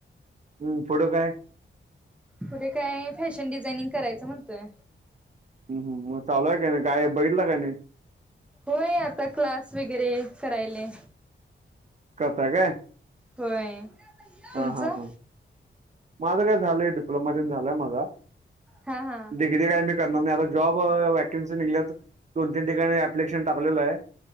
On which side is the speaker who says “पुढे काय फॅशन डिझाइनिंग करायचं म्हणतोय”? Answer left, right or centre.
Centre